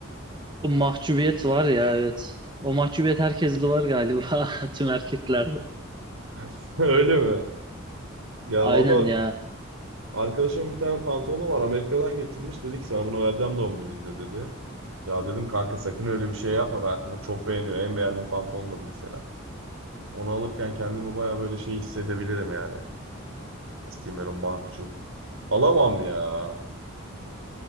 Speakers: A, on the right; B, on the right.
A: O mahcubiyet var ya evet. O mahcubiyet herkeste var galiba <laughs> tüm erkeklerde.
B: <laughs> Öyle mi? Ya
A: Aynen
B: valla
A: ya.
B: arkadaşımın bir tane pantolonu var Amerika'dan getirmiş. Dedi ki sana bunu vereceğim doğum gününde dedi. Ya dedim kanka sakın öyle bir şey yapma ben onu çok beğeniyor. En beğendiğim pantolondur mesela. Onu alırken kendimi baya böyle şey hissedebilirim yani. Nasıl diyeyim böyle mahcup. Alamam ya.